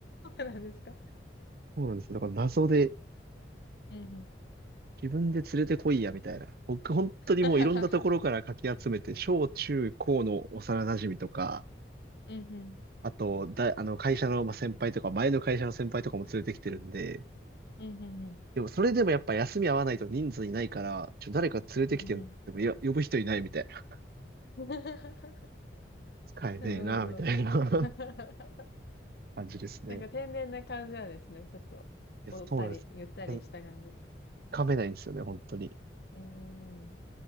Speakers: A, on the left (about 60°); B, on the right (about 55°).
A: なんですか。
B: そうなんですよ。だから謎で
A: うんうん。
B: 自分で連れてこいや、みたいな。僕、本当にもういろんなところからかき集めて、
A: <laughs>
B: 小中高の幼馴染とか、
A: うんうん。
B: あと、だ、あの、会社のまあ先輩とか、前の会社の先輩とかも連れてきてるんで、
A: うんうんうん。
B: でも、それでもやっぱ休み合わないと人数いないから、ちょ、誰か連れてきてよっても、
A: うんうん。
B: いや、呼ぶ人いないみたいな。
A: <laughs>
B: 使えねえな、
A: なるほど。
B: みたいな
A: <laughs>
B: <laughs> 感じですね。
A: なんか天然な感じなんですね。ちょっと、
B: いや、
A: おったり、
B: そうなんですよ。
A: ゆったりした感じ。
B: いやつ
A: う
B: かめないんですよね、本当に。
A: ーん。